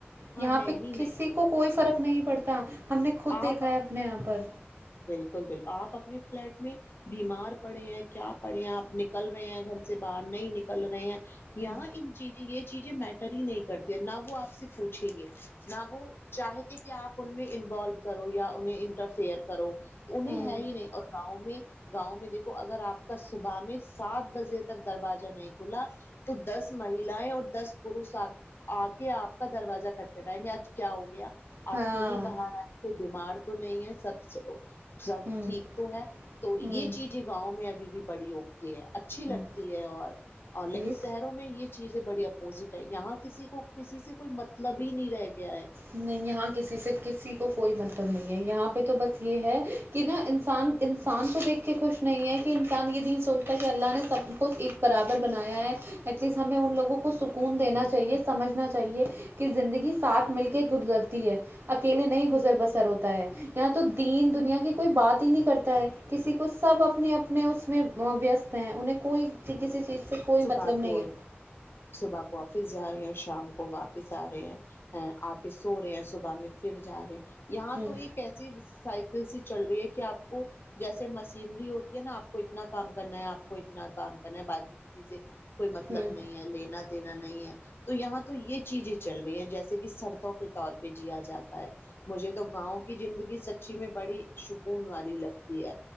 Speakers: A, on the right; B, on the left.
A: یہاں
B: ہے
A: پہ
B: ہی
A: کسی
B: نہیں
A: کو کوئی فرق نہیں پڑتا ہم نے خود
B: آپ
A: دیکھا
B: اپنی
A: ہے اپنے یہاں پر
B: بالکل بالکل آپ اپنی اپنے فلیٹ میں بیمار پڑے ہیں کیا پڑے ہیں آپ نکل رہے ہیں گھر سے باہر نہیں نکل رہے ہیں یا
A: ہوں
B: انجریئر چیزیں میٹر ہی نہیں کرتی نہ وہ آپ سے پوچھیں گے نہ وہ چاہے تھے کہ آپ ان انوالو کرو یا انہیں انٹرفیئر کرو انہیں
A: ہوں
B: ہے ہی نہیں اور گاؤں میں گاؤں میں دیکھو اگر آپ کا صبح میں سات بجے تک دروازہ نہیں کھلا تو دس مہیلایں اور دس پوش آ کے آپ کا دروجازہ کٹ کٹائیں گے آج کیا ہو گیا
A: ہاں
B: آپ چنی باہر آئی کوئی بیمار تو نہیں ہے سب سب
A: ہوں
B: ٹھیک تو ہے تو یہ
A: ہوں
B: چیزیں گاؤں میں ابھی بھی بڑی اوکے ہے اچھی لگتی
A: ہوں
B: ہے اور اور لیکن
A: یہ
B: شہروں میں یہ چیزیں بڑی اپوزٹ ہے یہاں کسی کو کسی سے کوئی مطلب ہی نہیں رہ گیا ہے
A: نہیں یہاں کسی سے کسی کو کوئی مطلب نہیں ہے یہاں پہ تو بس یہ ہے کہ نہ انسان انسان کو دیکھ کے خوش نہیں ہے کہ انسان یہ نہیں سوچ تا کہ اللہ نے سب کو ایک برابر بنایا ہیں ایٹلیسٹ ہمیں ان لوگوں کو کو سکون دینا چاہیے سمجھنا چاہیے کہ زندگی ساتھ مل کے خدگرز تی ہے اکیلے نہیں گزر بسر ہوتا ہے یہاں تو دین دنیا کی کوئی بات ہی نہیں کرتا ہے کسی کو سب اپنے اپنے اس میں وہ ویست ہیں انہیں کوئی کسی چیز سے کوئی
B: صبح
A: مطلب نہیں
B: کو
A: ہے
B: صبح کو آفس جا رہے یا شام کو واپس س آ رہے ہیں ا کے سو رہے ہیں صبح میں پھر جا رہے ہیں یہاں
A: ہوں
B: تو ایک ایسی سائ کل سی چل رہی ہے کہ آپ کو جیسے مشینری ہوتی ہے نہ آپ کو اتنا کام کرنا ہے آپ کو اتنا کام باقی کسی سے کوئی مطلب
A: ہوں
B: نہیں ہے لینا دینا نہیں ہے تو یہاں تو یہ چیزیں چل رہی ہیں جیسے کہ شرتوں کے طور پہ جیا جاتا ہے مجھے تو گاؤں کی زندگی س چی میں بڑی سکون والی لگتی ہے